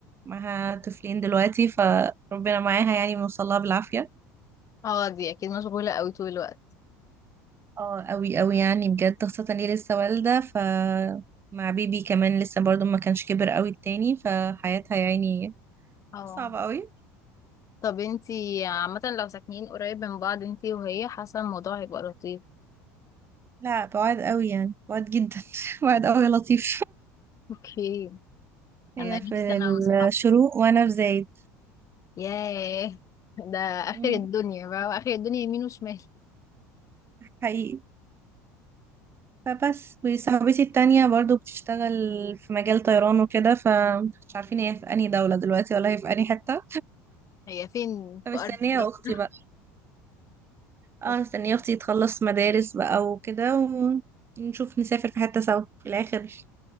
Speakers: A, on the right (about 30°); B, on the left (about 40°).
A: معاها طفلين دلوقتي فربنا معاها يعني بنوصلها بالعافية
B: اه دي اكيد مشغولة قوي طول الوقت
A: اه قوي قوي يعني بجد خاصة اني لسه والدة ف مع بيبي كمان لسه برضو ما كانش كبر قوي التاني فحياتها يعني
B: اه
A: صعبة قوي
B: طب انتي عامة لو ساكنين قريب من بعض انتي وهي حاسة الموضوع هيبقى لطيف
A: لا بعاد قوي يعني بعاد جدا <laughs> بعاد قوي يا لطيف
B: اوكي
A: <laughs>
B: انا
A: هي
B: نفسي
A: في
B: انا واصحابي
A: الشروق وانا في زايد
B: ياه ده اخر
A: مم.
B: الدنيا بقى واخر الدنيا يمين وشمال
A: حقيقي فبس وصاحبتي التانية برضو بتشتغل في مجال طيران وكده فمش عارفين هي في أنهي دولة دلوقتي ولا هي في أنهي حتة
B: هي فين
A: <laughs> فمستنية
B: في ارض ربنا
A: أختي بقى اه
B: <laughs> اوكي
A: مستنية أختي تخلص مدارس بقى وكده ونشوف نسافر في حتة سوا في الآخر